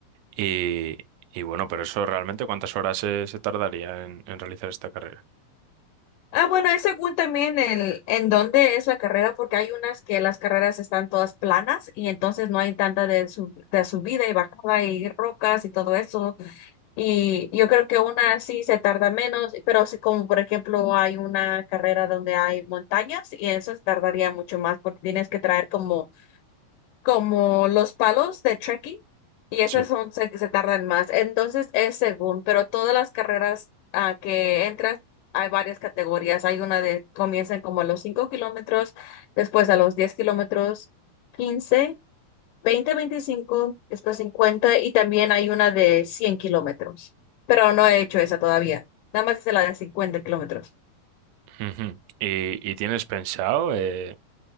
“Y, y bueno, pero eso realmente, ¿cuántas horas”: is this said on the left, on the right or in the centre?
Right